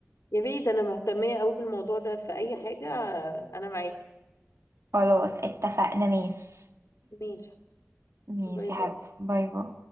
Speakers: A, on the left; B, on the right.
A: يا ريت أنا مهتمية أوي بالموضوع ده في أي حاجة أنا معاكي
B: خلاص اتفقنا ماشي
A: ماشي
B: ماشي
A: باي باي
B: يا حبيبتي باي باي